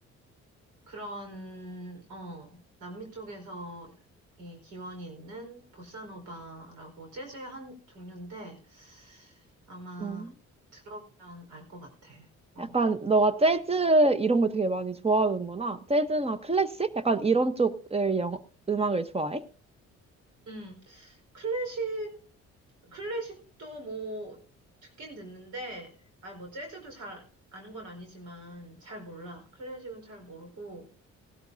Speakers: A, on the right (about 80°); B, on the right (about 20°).
A: 그런, 어, 남미 쪽에서 이 기원이 있는 보사노바라고 재즈의 한 종류인데 아마
B: 응.
A: 들어보면 알 것 같아. 어.
B: 약간 너가 재즈 이런 걸 되게 많이 좋아하는구나. 재즈나 클래식? 약간 이런 쪽을 영, 음악을 좋아해?
A: 음, 클래식, 클래식도 뭐 듣긴 듣는데, 아, 뭐 재즈도 잘 아는 건 아니지만 잘 몰라. 클래식은 잘 모르고,